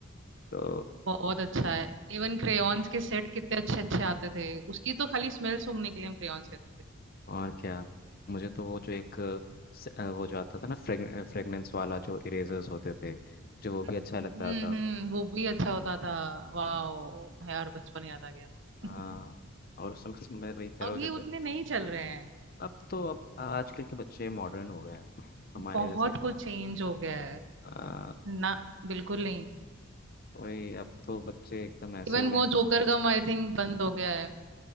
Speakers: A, on the left; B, on the right.
A: तो
B: बहुत अच्छा है इवन क्रेयॉन्स के सेट कितने अच्छे अच्छे आते थे उसकी तो खाली स्मेल सूंघने के लिए हम क्रेयॉन्स लेते थे
A: और क्या मुझे तो वो जो एक अ, स- अ, वो जो आता था ना फ्रेग, फ्रेगनेंस वाला जो इरेजर्स होते थे जो वो भी
B: हम्म
A: अच्छा लगता था
B: हम्म वो भी अच्छा होता था वाह
A: हाँ
B: यार बचपन याद आ गया
A: हाँ
B: <laughs>
A: और उस समय से मैं वही कह रहा
B: अभी
A: हूँ जब
B: उतने नहीं चल रहे हैं
A: अब तो अब आजकल के बच्चे मॉडर्न हो गए हैं <laughs> हमारे
B: बहुत
A: जैसे कम
B: कुछ चेंज हो गया है
A: आ,
B: ना बिल्कुल नहीं
A: वही अब तो बच्चे एकदम ऐसे
B: इवन
A: हो गए
B: वो
A: हैं
B: जोकर गम आई थिंक बंद हो गया है